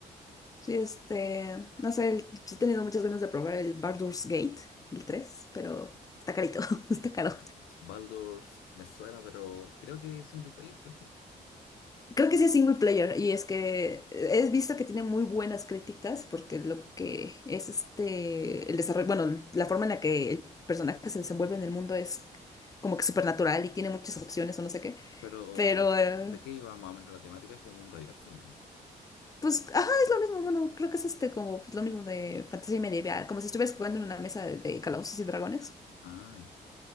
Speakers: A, on the left; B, on the left.
A: Sí, este, no sé, el- he tenido muchas ganas de probar el Baldur's Gate, el tres pero está carito, <laughs> está caro.
B: <laughs> Baldur's me suena, pero creo que es single player, ¿cierto?
A: Creo que sí es single player y es que he visto que tiene muy buenas críticas porque lo que es este, el desarrollo, bueno, la forma en la que el personaje se desenvuelve en el mundo es como que supernatural y tiene muchas opciones o no sé qué,
B: Pero,
A: pero eh,
B: ¿de qué iba más o menos la temática? Es como mundo abierto, ¿no?
A: pues, ajá, es lo mismo, bueno, creo que es este como pues, lo mismo de fantasía medieval, como si estuvieras jugando en una mesa de calabozos y dragones,
B: Ah,